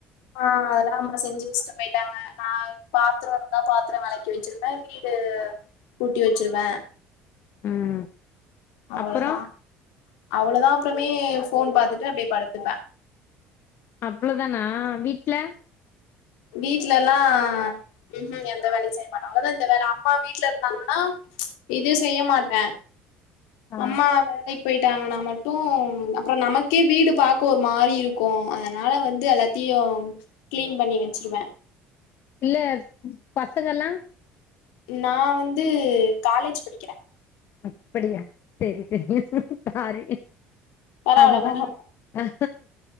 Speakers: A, on the left; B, on the left.
A: ஆ அதெல்லா அம்மா செஞ்சு வச்சுட்டு போய்ட்டாங்க நா பாத்துற வெலக் பாத்ர வெளக்கி வச்சிருவே வீடு கூட்டி வச்சிருவே
B: ம்
A: அவ்வளதா
B: அப்புறோ
A: அவ்வளதா அப்றமே ஃபோன் பாத்துட்டு அப்டியே படுத்துப்பே
B: அவ்ளோதானா வீட்ல
A: வீட்லலா ம்ஹூம் எந்த வேலயு செய்ய மாட்டோ அவங்கதா இந்த வேல அம்மா வீட்ல இருந்தாங்கனா இது செய்ய மாட்டே
B: ஆ
A: அம்மா வேலக் போயிட்டாங்கனா மட்டு அப்ற நமக்கே வீடு பாக்க ஒரு மாரி இருக்கு அதனால வந்து எல்லாத்தி ம் க்ளீன் பண்ணி வச்சுருவே
B: இல்ல பசங்கல்லா
A: நா வந்து காலேஜ் படிக்கிறே
B: அப்படியா செரி செரி சாரி
A: பரவால்ல
B: அதுதா
A: பரவா
B: அ